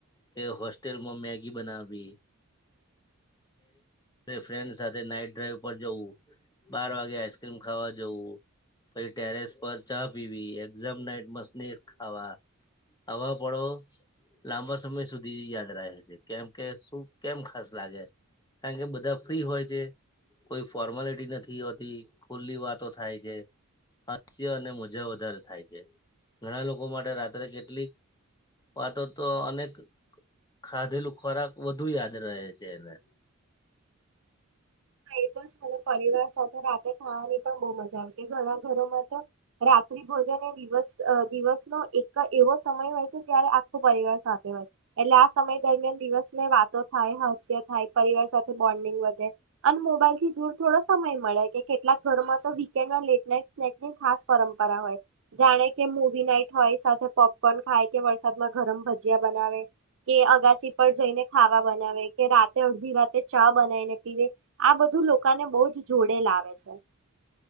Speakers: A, on the left; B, on the right.
A: કે હોસ્ટેલમાં મેગી બનાવી ફ્રેન્ડ સાથે નાઈટ ડ્રાઈવ પર જવું બાર વાગે આઈસક્રીમ ખાવા જવું પછી ટેરેસ પર ચા પીવી એક્ષામ ટાઈમ મસતિ ખાવા આવા પળો લાંબા સમય સુધી યાદ રહે છે કેમ કે શું કેમ ખાસ લાગે કારણ કે બધા ફ્રી હોય છે કોઈ ફોર્માલિટી નથી હોતી ખુલ્લી વાતો થાય છે હાસ્ય અને મજા વધારે થાય છે. ઘણા લોકો માટે રાત્રે કેટલીક વાતો તો અનેક ખાધેલું ખોરાક વધુ યાદ રહે છે એને.
B: હા એ તો જ મને પરિવાર સાથે રાતે ખાવાની પણ બહું મજા આવેતી ઘણા ઘરોમાં તો રાત્રિ ભોજન એ દિવસ દિવસનો એક એવો સમય હોય. જયારે આખો પરિવાર સાથે. એટલે આ સમય દરમિયાન દિવસને વાતો થાય હાસ્ય થાય પરિવાર સાથે બોન્ડિંગ વધે. અને મોબાઈલથી દૂર થોડો સમય મળે કે કેટલાક ઘરમાં તો વીકેન્ડ લેટ નાઈટ સ્નેકની ખાસ પરંપરા હોય, જાણે કે મવી નાઈટ હોય સાથે પોપકોર્ન ખાય કે વરસાદમાં ગરમ ભજીયા બનાવે, કે અગ રસી પર જઈને ખાવા બનાવે કે રાતે અડધી રાતે ચા બનાવીને પીવે. આ બધ બું લોકોને બહ જ જોડે લાવે છે.